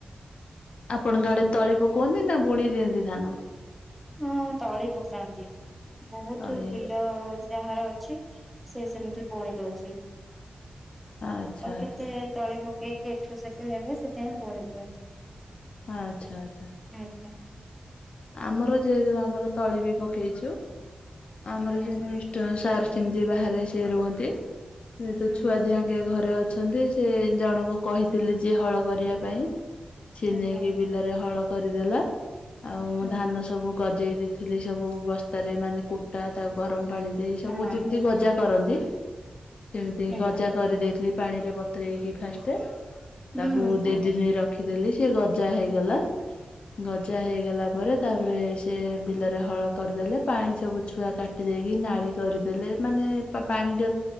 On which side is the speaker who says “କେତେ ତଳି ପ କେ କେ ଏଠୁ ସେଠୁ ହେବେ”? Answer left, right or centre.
Centre